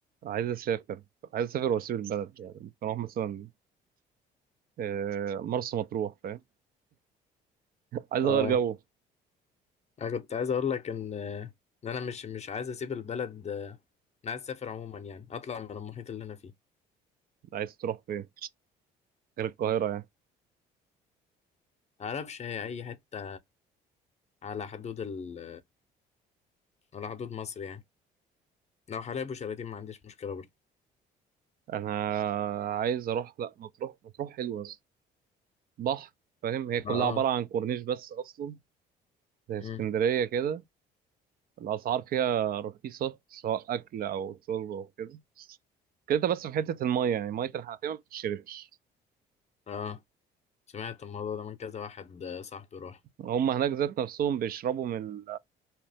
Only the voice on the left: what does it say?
اه
انا كنت عايز اقول لك ان ان انا مش مش عايز اسيب البلد آه، انا عايز اسافر عموما يعني اطلع من المحيط اللي انا فيه
معرفش هي اي حته على حدود ال... على حدود مصر يعني لو حلايب وشلاتين ما عنديش مشكله برضه
اه اه
مم.
اه سمعت الموضوع ده من كذا واحد آه، صاحبي راح